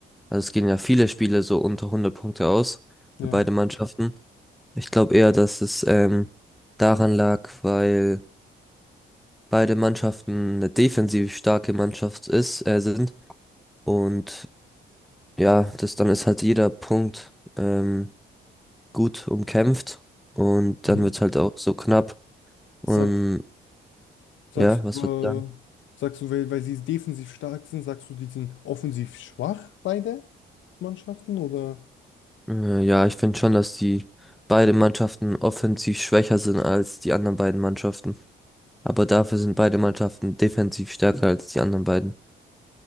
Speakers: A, in the centre; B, on the left (about 75°).
A: also es gehen ja viele Spiele so unter 100 Punkte aus
B: Ja.
A: für beide Mannschaften. Ich glaube eher, dass es ähm, daran lag, weil beide Mannschaften eine defensiv starke Mannschaft ist, äh, sind. Und ja, das dann ist halt jeder Punkt ähm, gut umkämpft. Und
B: Mhm.
A: dann wird es halt auch so knapp. Und
B: Sag, Sagst
A: ja, was
B: du, äh,
A: wird dann?
B: sagst du, weil, weil sie defensiv stark sind, sagst du, die sind offensiv schwach, beide Mannschaften? Oder?
A: Äh, ja, ich finde schon, dass die beide Mannschaften offensiv schwächer sind als die anderen beiden Mannschaften. Aber dafür sind beide Mannschaften defensiv stärker als die anderen beiden.